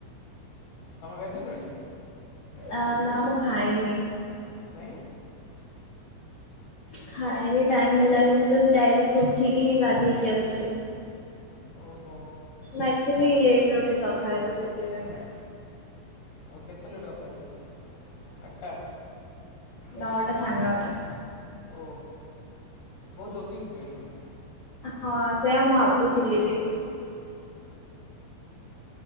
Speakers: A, on the left; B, on the left.
A: ତମେ ଖାଇସାଇଲଣି।
B: ଆ ନା ମୁଁ ଖାଇନି।
A: କାଇଁ।
B: ଖାଇନି ଟାଇମ ହେଲାନି ମୁଁ ତ ଡାଇରେକ୍ଟ ଉଠିକି ହିଁ ଗାଧେଇକି ଆସିଛି।
A: ଓହୋ।
B: ନାକ୍ଚୁଆଲି ଲେଟରେ ଉଠେ ସକାଳେ ତ ସେଥିପାଇଁକା।
A: ଆଉ କେତେ ଲେଟ କରିଥାନ୍ତି ଆଠଟା।
B: ନଅଟା ସାଢେ ନଅଟା।
A: ଓ ବହୁତ ଜଲ୍ଦି ଉଠି ପଇଲେ।
B: ହଁ ସେୟା ମୁଁ ଆଉ ଭାବୁଥିଲି ବି।